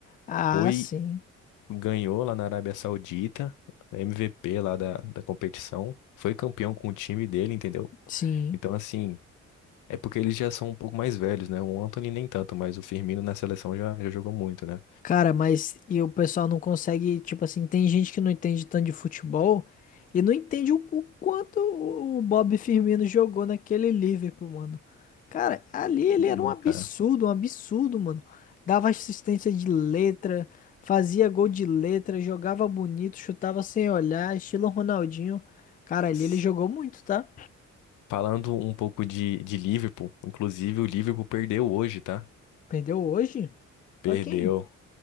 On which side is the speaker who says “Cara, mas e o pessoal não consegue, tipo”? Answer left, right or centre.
Left